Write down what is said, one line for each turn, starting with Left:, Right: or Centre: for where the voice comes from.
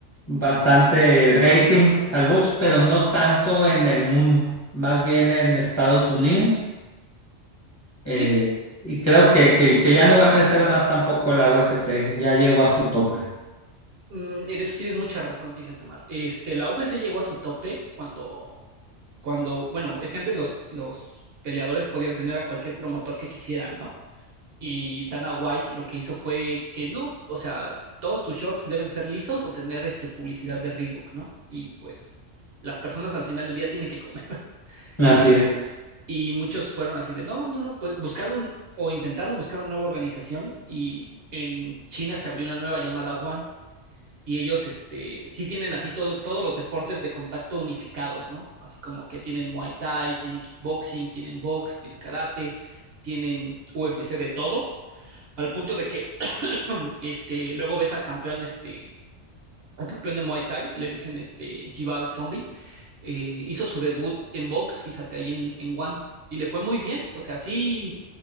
Left: bastante rating al box, pero no tanto en el mundo, más bien en Estados Unidos. Eh,
Right: sí,
Left: y creo que, que, que ya no va a crecer más tampoco la UFC, ya llegó a su tope.
Right: mm, en eso tienes mucha razón, fíjate, Mar. Este, la UFC llegó a su tope cuando cuando, bueno, es que antes los, los peleadores podían tener a cualquier promotor que quisieran, ¿no? Y Dana White lo que hizo fue que no, o sea, todos tus shorts deben ser lisos o tener este publicidad de Reebok, ¿no? Y pues las personas al final del día tienen que comer. <laughs>
Left: Así
Right: Y,
Left: es.
Right: y muchos fueron así de, no, no, no, pues buscaron o intentaron buscar una nueva organización y en China se abrió una nueva llamada One y ellos, este, sí tienen así todo, todos los deportes de contacto unificados, ¿no? Así como que tienen Muay Thai, tienen kickboxing, tienen box, tienen karate, tienen UFC de todo, al punto de que, <clears throat> este, luego ves al campeón, este, al campeón de Muay Thai, y le dicen, este, Jibao Zombie, eh, hizo su debut en box, fíjate, ahí en, en One, y le fue muy bien. O sea, sí